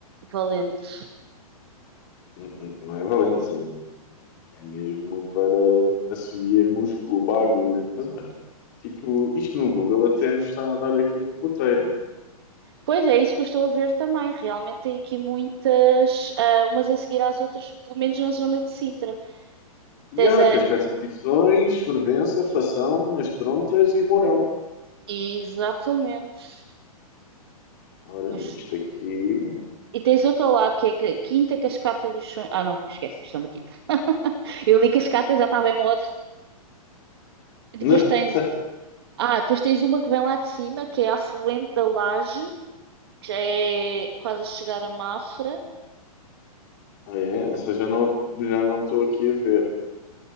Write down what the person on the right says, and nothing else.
Valente.
Pois é, é isso que eu estou a ver também. Realmente tem aqui muitas, ah, umas a seguir às outras, pelo menos na zona de Sintra. Tens
a...
Exatamente.
Mas-
E tens outro ao lado, que é a Quinta Cascata dos Sonhos. Ah, não, esquece, isto é uma quinta. Eu li Cascata, já estava em modo. Depois
tens... Ah, depois tens uma que vem lá de cima, que é a afluente da Laje, que já é quase a chegar a Mafra.